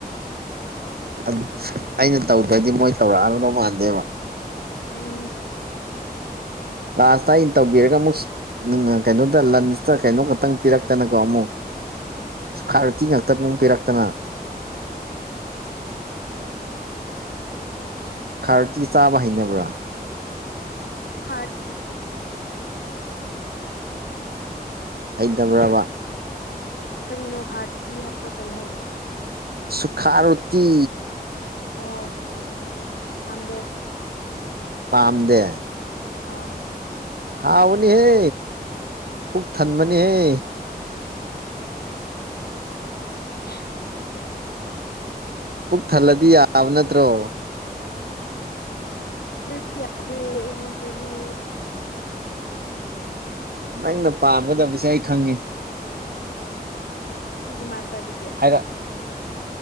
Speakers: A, on the right; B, on the left.
A: ꯑꯠ ꯑꯩꯅ ꯇꯧꯗ꯭ꯔꯗꯤ ꯃꯣꯏ ꯇꯧꯔꯛꯑꯔꯗꯧ ꯃꯥꯟꯗꯦꯕ
B: ꯎꯝ
A: ꯂꯥꯁꯇ ꯑꯩꯅ ꯇꯧꯕꯤꯔꯒ ꯑꯃꯨꯛ ꯅꯨꯡꯑ ꯀꯩꯅꯣꯗ ꯂꯟꯁꯇ ꯀꯩꯅꯣ ꯈꯇꯪ ꯄꯤꯔꯛꯇꯅꯀꯣ ꯑꯃꯨꯛ ꯁꯨꯈꯥꯏꯔꯨꯇꯤ ꯉꯥꯛꯇ ꯄꯨꯛ ꯄꯤꯔꯛꯇꯅ
B: <unintelligible>
A: ꯈꯥꯔꯇꯤ ꯆꯥꯕ ꯍꯩꯅꯕ꯭ꯔꯥ
B: ꯍꯥꯔꯠꯇꯤ
A: ꯍꯩꯇꯥ ꯕꯔꯕ
B: ꯀꯔꯤꯅꯣ ꯈꯥꯔꯇꯤ ꯍꯥꯏꯕꯨ ꯀꯔꯤ ꯍꯥꯏꯔꯣ
A: ꯁꯨꯈꯥ ꯔꯣꯇꯤ
B: ꯑꯣ ꯁꯨꯈꯥ ꯔꯣꯇꯤ ꯄꯥꯝꯗꯦ
A: ꯄꯥꯝꯗꯦ
B: ꯍꯣꯏ
A: ꯍꯥꯎꯕꯅꯤꯍꯦ ꯄꯨꯛ ꯊꯟꯕꯅꯤꯍꯦ
B: <unintelligible>
A: ꯄꯨꯛ ꯊꯜꯂꯗꯤ ꯌꯥꯕ ꯅꯠꯇ꯭ꯔꯣ
B: ꯗꯨꯗꯤ ꯌꯥꯗꯦ ꯑꯩꯉꯣꯟꯗꯗꯤ
A: ꯅꯪꯅ ꯄꯥꯝꯒꯗꯕꯁꯦ ꯑꯩ ꯈꯪꯉꯦ
B: ꯀꯦꯔꯤ ꯃꯥꯟꯕꯔ ꯑꯗꯨꯗꯤ
A: ꯍꯥꯏꯔꯛ